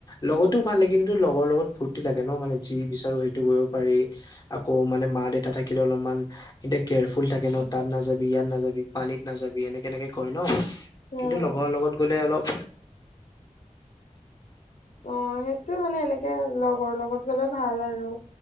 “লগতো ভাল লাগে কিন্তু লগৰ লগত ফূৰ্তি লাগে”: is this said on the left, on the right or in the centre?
Left